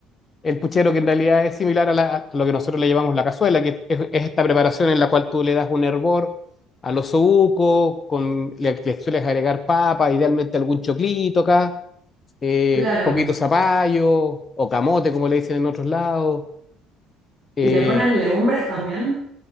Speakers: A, on the left (about 30°); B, on the right (about 45°).
A: el puchero, que en realidad es similar a, la- a lo que nosotros le llamamos la cazuela, que es, es esta preparación en la cual tú le das un hervor a los osobucos, con, le, le sueles agregar papa, idealmente algún choclito acá, eh,
B: claro.
A: poquito zapallo o camote, como le dicen en otros lados. eh,
B: ¿Y le ponen legumbres también?